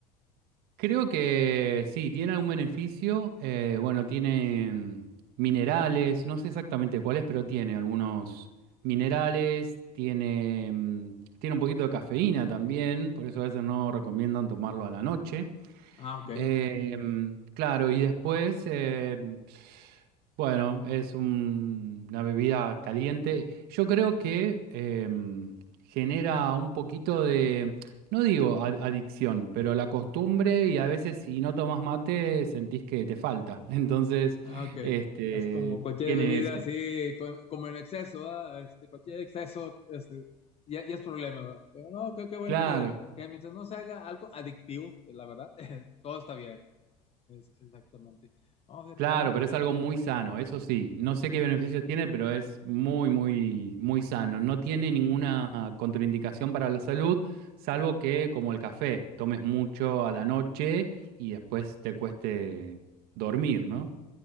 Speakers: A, on the right; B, on the left.
A: Creo que sí, tiene algún beneficio. eh, bueno, tiene minerales, no sé exactamente cuáles, pero tiene algunos minerales, tiene, mm, tiene un poquito de cafeína también, por eso a veces no recomiendan tomarlo a la noche.
B: Ah, ok.
A: Eh, claro, y después, eh, bueno, es un- una bebida caliente. Yo creo que eh, genera un poquito de, no digo ad- adicción, pero la costumbre y a veces si no tomas mate sentís que te falta. <laughs> Entonces,
B: Ah, ok.
A: este,
B: Es como cualquier
A: tiene
B: bebida
A: eso.
B: así, co- como en exceso, ah, Este, cualquier exceso, este, ya, ya es problema, ¿verdad? Pero no, creo que bueno
A: claro
B: que, que mientras no se haga algo adictivo, eh, la verdad, <laughs> todo está bien, ¿verdad? Es, exactamente. No, fíjate,
A: Claro,
B: no,
A: pero es
B: pues
A: algo
B: qué.
A: muy sano, eso sí. No sé qué beneficios tiene, pero es muy, muy, muy sano. No tiene ninguna contraindicación para la salud, salvo que, como el café, tomes mucho a la noche y después te cueste dormir, ¿no?